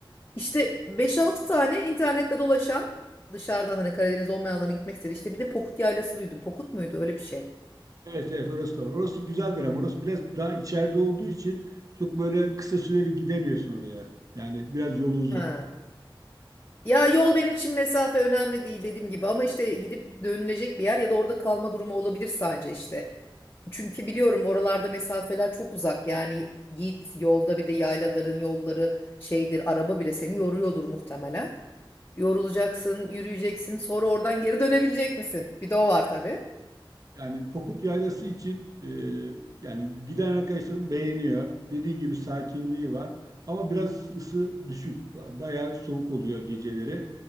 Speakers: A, on the left (about 25°); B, on the right (about 40°).
A: İşte beş altı tane internette dolaşan dışarıdan hani Karadeniz olmayanların gitmek istedi. İşte bir de Pokut Yaylası duydum. Pokut muydu öyle bir şey?
B: Evet evet orası da var. Orası güzeldir ama orası biraz daha içeride olduğu için çok böyle kısa süreli gidemiyorsun oraya. Yani biraz yolu uzun.
A: Ha. Ya yol benim için mesafe önemli değil dediğim gibi ama işte gidip dönülecek bir yer ya da orada kalma durumu olabilir sence işte. Çünkü biliyorum oralarda mesafeler çok uzak yani git yolda bir de yaylaların yolları şeydir araba bile seni yoruyordur muhtemelen. Yorulacaksın, yürüyeceksin sonra oradan geri dönebilecek misin? Bir de o var tabii.
B: Yani Pokut Yaylası için e, yani giden arkadaşlarım beğeniyor. Dediği gibi sakinliği var. Ama biraz ısı düşük. Ba- Bayağı soğuk oluyor geceleri.